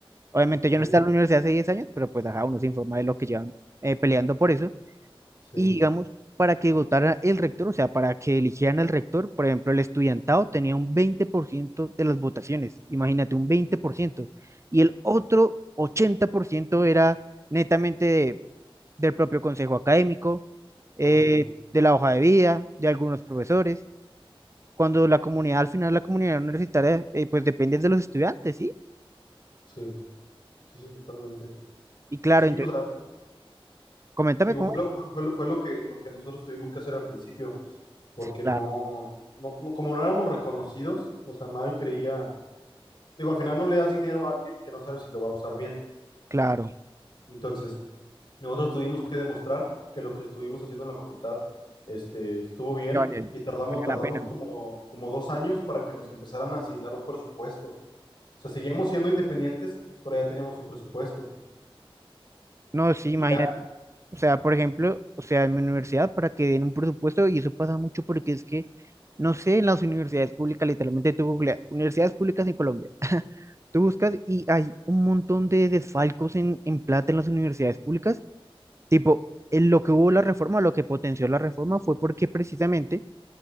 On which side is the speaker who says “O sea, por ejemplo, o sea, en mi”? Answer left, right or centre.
Right